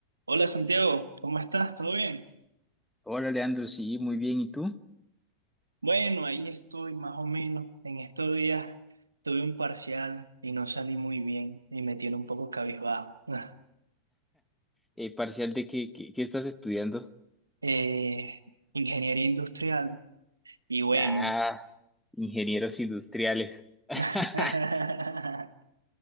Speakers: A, on the right (about 80°); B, in the centre.
A: Hola Santiago, ¿cómo estás? ¿Todo bien?
B: Hola, Leandro, sí, muy bien. ¿Y tú?
A: Bueno, ahí estoy más o menos. En estos días tuve un parcial y no salí muy bien y me tiene un poco cabizbajo. <laughs>
B: Eh, ¿parcial de qué, qué, qué estás estudiando?
A: Eh, ingeniería industrial y bueno.
B: Ah, ingenieros industriales. <laughs>
A: <laughs>